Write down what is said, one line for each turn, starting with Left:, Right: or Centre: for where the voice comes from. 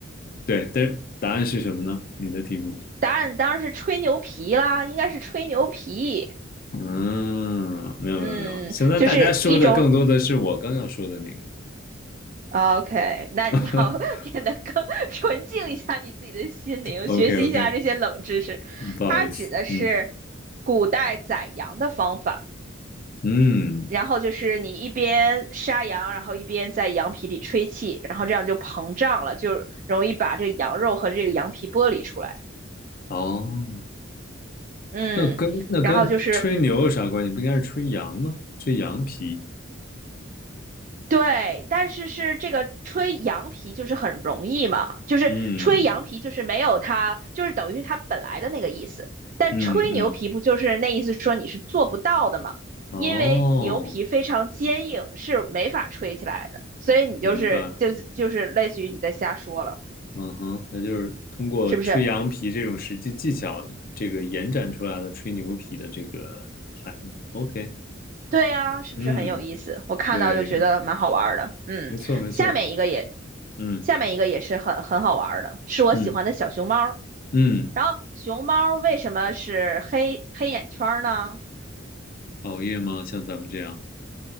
Left: 对，但是答案是什么呢？你的题目。
Right: 答案当然是吹牛皮啦，应该是吹牛皮，
Left: 嗯，没有没有没有，
Right: 嗯，
Left: 现在大家说的更多的是我刚要说的那个。
Right: 就是一种。啊 OK，那你要
Left: <laughs>
Right: <laughs> 变得更 <laughs> 纯净一下你自己的心灵，
Left: OK
Right: 学习一下这些冷知识。
Left: OK，不好意思，
Right: 它指的是
Left: 嗯
Right: 古代宰羊的方法。
Left: 嗯，
Right: 然后就是你一边杀羊，然后一边在羊皮里吹气，然后这样就膨胀了，就容易把这个羊肉和这个羊皮剥离出来。
Left: 哦，
Right: 嗯，
Left: 那跟那跟吹牛有啥关系？
Right: 然后就是
Left: 不应该是吹羊吗？吹羊皮，
Right: 对，但是是这个吹羊皮就是很容易嘛，就是吹羊皮就是没有它，
Left: 嗯
Right: 就是等于是它本来的那个意思。但吹牛皮不就是那意思说你是做不到的嘛？
Left: 嗯嗯，哦，
Right: 因为牛皮非常坚硬，是没法吹起来的，所以你就是就就是类似于你在瞎说了。
Left: 明白，嗯哼，那就是通过吹羊皮这种实际技巧，
Right: 是不是？
Left: 这个延展出来的吹牛皮的这个含义。OK，
Right: 对呀，是不是很有意思？
Left: 嗯，
Right: 我看到就觉得蛮好玩儿的。
Left: 对，
Right: 嗯，
Left: 没错没错，
Right: 下面一个也，
Left: 嗯。
Right: 下面一个也是很很好玩儿的，是我喜欢的小熊猫儿
Left: 嗯嗯，
Right: 然后熊猫儿为什么是黑黑眼圈儿呢？
Left: 熬夜吗？像咱们这样，